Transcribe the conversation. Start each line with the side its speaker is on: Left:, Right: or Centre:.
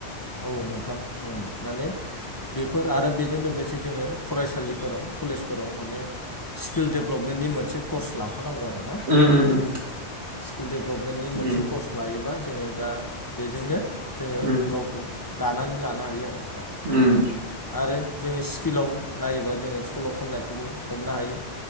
Left: औ नोंथां उम माने बेफोर आरो बेजों लोगोसे जोङो फरायसालिफोराव कलेजफोराव माने स्किल डेब्लप बेनि मोनसे कर्स ला। फानांगौ आरोना
Right: उम उम
Left: स्कुल देभेलपमेन्नि मोनसे
Right: उम
Left: कर्स लायोबा जोङो दा बेजोंनो जोङो
Right: उम
Left: गावखौ दानानै लानो हायो आरो। दा
Right: उम।
Left: आरो जोङो स्किलाव नायोबा जोङो सल' खननायखौबो हमनो हायो।